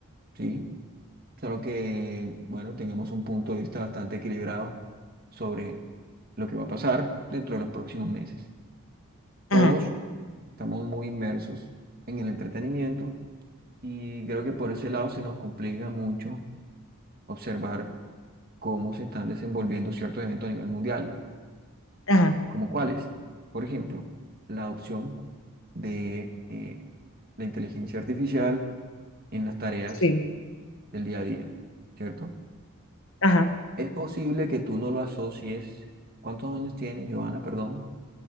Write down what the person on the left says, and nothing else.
Ajá.
Ajá,
sí,
ajá,